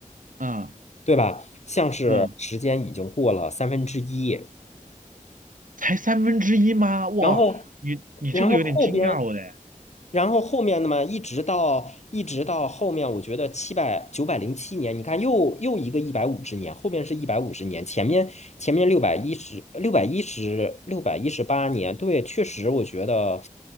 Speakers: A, on the right (about 70°); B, on the left (about 55°).
A: 嗯
B: 对吧？像是时间已经过了三分之一，
A: 嗯，才三分之一吗？哇，
B: 然后，
A: 你你这个有点惊讶我嘞。
B: 然后后边，然后后面的嘛，一直到一直到后面，我觉得七百九百零七年，你看又又一个一百五十年，后面是一百五十年，前面前面六百一十六百一十六百一十八年，对，确实我觉得